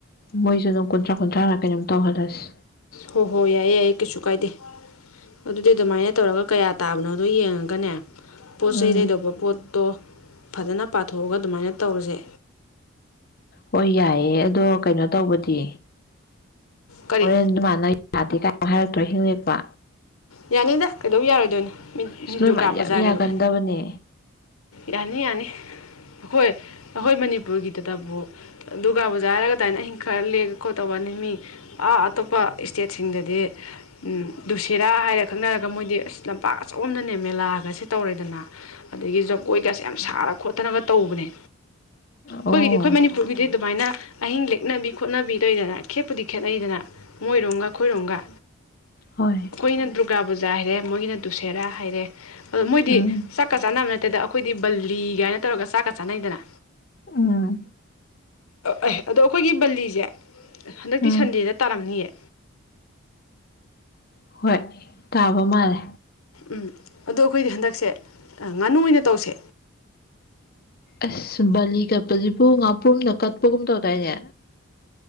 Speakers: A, on the left; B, on the left.
A: ꯃꯣꯏꯁꯨ ꯑꯗꯨꯝ ꯀꯨꯟꯊ꯭ꯔꯥ ꯀꯣꯟꯊ꯭ꯔꯥꯔ ꯀꯩꯅꯣꯝ ꯇꯧꯍꯜꯂꯁꯤ
B: ꯍꯣ ꯍꯣ ꯌꯥꯏꯌꯦ ꯌꯥꯏꯌꯦ ꯀꯩꯁꯨ ꯀꯥꯏꯗꯦ ꯑꯗꯨꯗꯤ ꯑꯗꯨꯃꯥꯏꯅ ꯇꯧꯔꯒ ꯀꯌꯥ ꯇꯥꯕꯅꯣꯗꯣ ꯌꯦꯡꯉꯒꯅꯦ ꯄꯣꯠ
A: ꯎꯝ
B: ꯆꯩ ꯂꯩꯩꯗꯧꯕ ꯄꯣꯠꯇꯣ ꯐꯖꯅ ꯄꯥꯊꯣꯛꯑꯒ ꯑꯗꯨꯃꯥꯏꯅ ꯇꯧꯔꯁꯦ
A: ꯍꯣꯏ ꯌꯥꯏꯌꯦ ꯑꯗꯣ ꯀꯩꯅꯣ ꯇꯧꯕꯗꯤ
B: ꯀꯔꯤ
A: ꯍꯣꯔꯦꯟ <unintelligible> ꯌꯥꯗꯦ ꯀꯥꯏ ꯍꯥꯏꯔꯛꯇ꯭ꯔꯣ ꯑꯍꯤꯡ ꯂꯦꯛꯄ
B: ꯌꯥꯅꯤꯗ ꯀꯩꯗꯧ ꯌꯥꯔꯣꯏꯗꯣꯏꯅꯣ ꯃꯤ
A: ꯑꯁ
B: ꯃꯤ
A: ꯅꯣꯏ
B: ꯗꯨꯒꯥ
A: ꯃꯥꯗꯤ
B: ꯄꯨꯖꯥꯒꯤꯕꯨ
A: ꯌꯥꯝ ꯌꯥꯒꯟꯗꯕꯅꯦ
B: ꯌꯥꯅꯤ ꯌꯥꯅꯤ ꯑꯈꯣꯏ ꯑꯈꯣꯏ ꯃꯅꯤꯄꯨꯔꯒꯤꯗꯇꯕꯨ ꯗꯨꯒꯥ ꯄꯨꯖꯥ ꯍꯥꯏꯔꯒ ꯑꯗꯥꯏꯅ ꯑꯍꯤꯡ ꯈꯔ ꯂꯦꯛ ꯈꯣꯠ ꯇꯧꯕꯅꯤ ꯃꯤ ꯑꯥ ꯑꯇꯣꯞꯄ ꯁ꯭ꯇꯦꯠꯁꯤꯡꯗꯗꯤ ꯎꯝ ꯗꯨ ꯁꯦꯠ ꯔꯥ ꯍꯥꯏꯔ ꯈꯪꯅꯔꯒ ꯃꯣꯏꯗꯤ ꯑꯁ ꯂꯝꯄꯥꯛ ꯑꯆꯧꯕꯝꯗꯅꯦ ꯃꯦꯂꯥꯒꯁꯦ ꯇꯧꯔꯦꯗꯅ ꯑꯗꯒꯤ ꯖꯒꯣꯏꯒꯥꯁꯦ ꯌꯥꯝ ꯁꯥꯔ ꯈꯣꯠꯇꯅꯒ ꯇꯧꯕꯅꯦ
A: ꯑꯣ
B: ꯈꯣꯏꯒꯤꯗꯤ ꯈꯣꯏ ꯃꯅꯤꯄꯨꯔꯒꯤꯗꯤ ꯑꯗꯨꯃꯥꯏꯅ ꯑꯍꯤꯡ ꯂꯦꯛꯅꯕꯤ ꯈꯣꯠꯅꯕꯤ ꯇꯧꯋꯤꯗꯅ ꯈꯦꯠꯄꯨꯗꯤ ꯈꯦꯠꯅꯩꯗꯅ ꯃꯣꯏꯔꯣꯝꯒ ꯈꯣꯏꯔꯣꯝꯒ
A: ꯍꯣꯏ
B: ꯈꯣꯏꯅ ꯗꯨ꯭ꯔꯒꯥ ꯄꯨꯖꯥ ꯍꯥꯏꯔꯦ ꯃꯣꯏꯒꯤꯅ ꯗꯨꯁꯦꯔꯥ ꯍꯥꯏꯔꯦ ꯑ ꯃꯣꯏꯗꯤ
A: ꯎꯝ
B: ꯆꯛ <unintelligible> ꯆꯥꯅ ꯅꯠꯇꯦꯗ ꯑꯩꯈꯣꯏꯗꯤ ꯕꯂꯤꯒꯥꯏꯅ ꯇꯧꯔꯒ ꯆꯥꯛꯀ ꯆꯥꯅꯩꯗꯅ
A: ꯎꯝ
B: <unintelligible> ꯑꯗꯣ ꯑꯩꯈꯣꯏꯒꯤ ꯕꯜꯂꯤꯁꯦ ꯍꯟꯗꯛꯇꯤ
A: ꯎꯝ
B: ꯁꯟꯗꯦꯗ ꯇꯥꯔꯝꯅꯤꯌꯦ
A: ꯍꯣꯏ ꯇꯥꯕ ꯃꯥꯜꯂꯦ
B: ꯎꯝ ꯑꯗꯣ ꯑꯩꯈꯣꯏꯗꯤ ꯍꯟꯗꯛꯁꯦ ꯉꯥꯅꯨ ꯑꯣꯏꯅ ꯇꯧꯁꯦ
A: ꯑꯁ ꯕꯥꯂꯤ ꯀꯠꯄꯖꯤꯕꯨ ꯉꯥꯄ꯭ꯔꯨꯝꯅ ꯀꯠꯄꯒꯨꯝ ꯇꯧꯗꯥꯏꯅꯦ